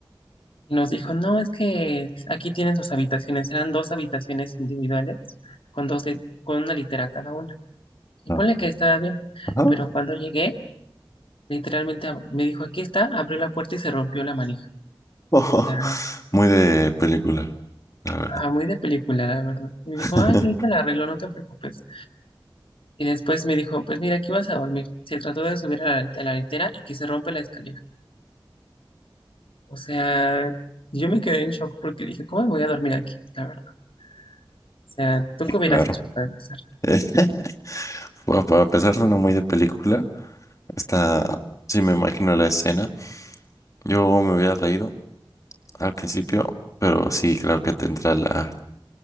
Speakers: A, on the left; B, on the left.
A: Y nos dijo, no, es que aquí tienen sus habitaciones. Eran dos habitaciones individuales con dos li- con una litera cada una. Y
B: Mm.
A: ponle que estaba bien,
B: Ajá. <laughs>
A: pero cuando llegué, literalmente ab- me dijo, aquí está, abrió la puerta y se rompió la manija.
B: Ojo.
A: O sea,
B: Muy de película, la verdad.
A: ajá, muy de película, la verdad. Y me
B: <laughs>
A: dijo, ay, yo ahorita la arreglo, no te preocupes. Y después me dijo, pues mira, aquí vas a dormir. Se trató de subir a la, a la litera y que se rompe la escalera. O sea, yo me quedé en shock porque dije, ¿cómo me voy a dormir aquí? La verdad. O sea, ¿tú
B: Sí,
A: qué hubieras
B: claro.
A: hecho para empezar?
B: Eh, <laughs> bueno, para pesar suena muy de película. Está, sí me imagino la escena. Yo me había reído al principio, pero sí claro que tendrá la,